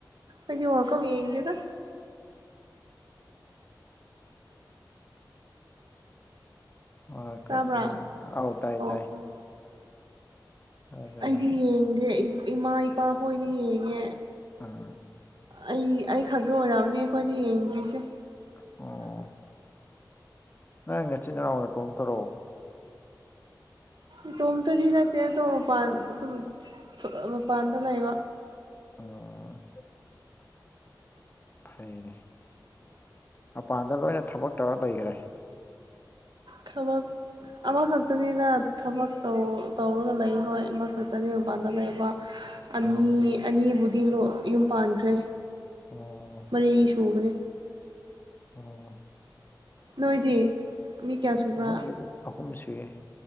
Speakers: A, on the right (about 75°); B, on the left (about 30°).
A: ꯑꯩꯩ ꯋꯥ ꯀꯃꯤ <inaudible> ꯌꯦꯟꯗꯦꯗꯥ
B: ꯑ ꯀꯔꯤ
A: ꯇꯥꯕ꯭ꯔꯥ
B: ꯑꯧ ꯇꯥꯏꯌꯦ
A: ꯑꯣ
B: ꯇꯥꯏꯌꯦ
A: ꯑꯣ
B: ꯑꯗꯨꯅꯤ
A: ꯑꯩꯗꯤ ꯌꯦꯡꯗꯦ ꯏꯃꯥ ꯏꯄꯥ ꯍꯣꯏꯗꯤ ꯌꯦꯡꯉꯦ
B: ꯑꯥ
A: ꯑꯩ ꯑꯩ ꯈꯛꯒ ꯑꯣꯏꯔꯛꯑꯅꯤ ꯑꯩꯈꯣꯏꯅ ꯌꯦꯡꯗ꯭ꯔꯤꯁꯦ
B: ꯑꯣ ꯅꯪ ꯅꯆꯤꯅ ꯑꯣꯏꯅ ꯇꯣꯝ ꯇꯧꯔꯛꯑꯣ
A: ꯏꯇꯣꯝꯇꯗꯤ ꯅꯠꯇꯦ ꯑꯗꯣ ꯃꯄꯥꯟ ꯑꯗꯨꯝ ꯃꯄꯥꯟꯗ ꯂꯩꯕ
B: ꯑꯣ ꯐꯩꯅꯦ ꯃꯄꯥꯟꯗ ꯂꯣꯏꯅ ꯊꯕꯛ ꯇꯧꯔ ꯂꯩꯈ꯭ꯔꯦ
A: ꯊꯕꯛ ꯑꯃꯈꯛꯇꯅꯤꯅ ꯊꯕꯛꯧ ꯇꯧꯔꯒ ꯂꯩ ꯍꯣꯏ ꯑꯃꯈꯛꯇꯅꯤ ꯃꯄꯥꯟꯗ ꯂꯩꯕ ꯑꯅꯤ
B: ꯎꯝ
A: ꯑꯅꯤꯕꯨꯗꯤ ꯌꯨꯝ ꯄꯥꯟꯈ꯭ꯔꯦ
B: ꯑꯣ
A: ꯃꯔꯤ ꯁꯨꯕꯅꯤ
B: ꯑꯣ
A: ꯅꯣꯏꯗꯤ ꯃꯤ ꯀꯌꯥ ꯁꯨꯕ꯭ꯔꯥ
B: ꯑꯩꯈꯣꯏꯒꯤꯗꯤ ꯑꯍꯨꯝ ꯁꯨꯏ